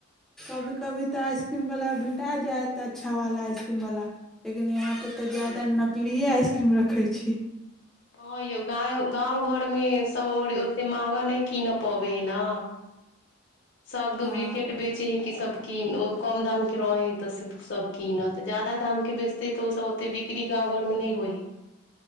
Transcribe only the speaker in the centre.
कभी कभी तऽ आइसक्रीमवला भेटा जायत अच्छावला आइसक्रीमवला यहाँ तऽ
जादा नकली ये आइसक्रीम रखै छै
हँ